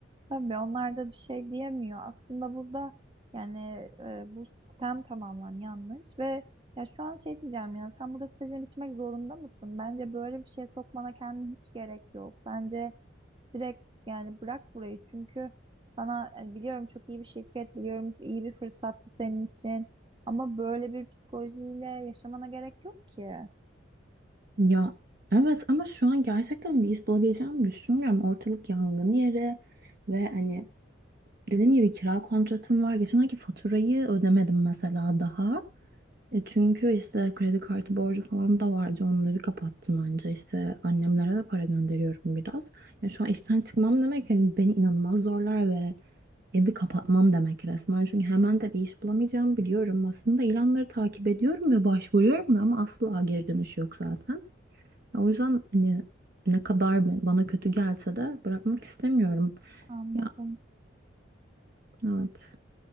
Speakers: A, on the right; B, on the right.
A: Tabii onlar da bir şey diyemiyor. Aslında burada yani e, bu sistem tamamen yanlış ve ya şu an şey diyeceğim ya sen burada stajını bitirmek zorunda mısın? Bence böyle bir şeye sokmana kendine hiç gerek yok. Bence direkt yani bırak burayı çünkü sana yani biliyorum çok iyi bir şirket, biliyorum iyi bir fırsattı senin için ama böyle bir psikolojiyle yaşamana gerek yok ki.
B: Ya evet ama şu an gerçekten bir iş bulabileceğimi düşünmüyorum. Ortalık yangın yeri ve hani dediğim gibi kira kontratım var. Geçen ayki faturayı ödemedim mesela daha. E çünkü işte kredi kartı borcu falan da vardı. Onları kapattım anca. İşte annemlere de para gönderiyorum biraz. Ya şu an işten çıkmam demek yani beni inanılmaz zorlar ve evi kapatmam demek resmen. Çünkü hemen de bir iş bulamayacağım biliyorum. Aslında ilanları takip ediyorum ve başvuruyorum da ama asla geri dönüş yok zaten. O yüzden hani ne kadar ben- bana kötü gelse de bırakmak istemiyorum.
A: Anladım.
B: Ya evet.